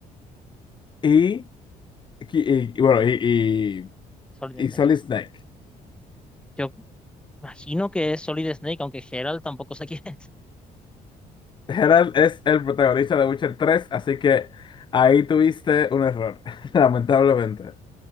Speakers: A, on the left (about 30°); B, in the centre.
A: y, y, y- y, bueno, y,
B: Solid
A: y y
B: Snake,
A: Solid
B: claro.
A: Snake.
B: Yo imagino que es Solid Snake, aunque Geralt tampoco sé <laughs> quién es.
A: Geralt es el protagonista de Witcher 3, así que ahí tuviste un error, <laughs> lamentablemente.